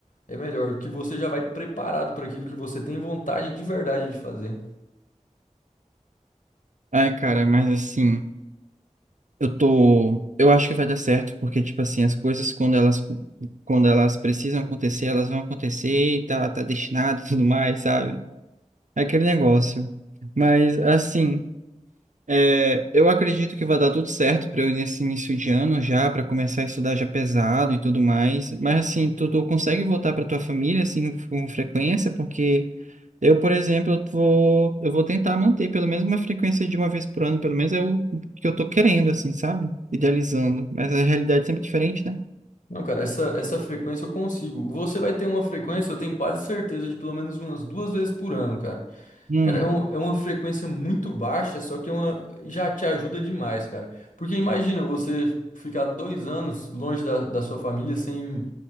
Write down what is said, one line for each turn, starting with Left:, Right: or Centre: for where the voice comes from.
Left: É melhor, que você já vai preparado para aquilo que você tem vontade de verdade de fazer.
Right: Ai, cara, mas assim, Eu tô, eu acho que vai dar certo, porque tipo assim, as coisas quando elas quando elas precisam acontecer, elas vão acontecer e tá tá destinado e tudo mais, sabe? É aquele negócio. Mas assim, é, eu acredito que vai dar tudo certo para eu ir nesse início de ano já, para começar a estudar já pesado e tudo mais. Mas assim, tu, tu consegue voltar para tua família assim com frequência, porque eu, por exemplo, eu vou, eu vou tentar manter pelo menos uma frequência de uma vez por ano, pelo menos é o que eu tô querendo, assim, sabe? Idealizando. Mas a realidade é sempre diferente, né?
Left: Não, cara, essa, essa frequência eu consigo. Você vai ter uma frequência, eu tenho quase certeza, de pelo menos umas duas vezes por ano, cara.
Right: Hum,
Left: Cara, é, um- é uma frequência muito baixa, só que é uma, já te ajuda demais, cara. Porque imagina você ficar dois anos longe da, da sua família sem,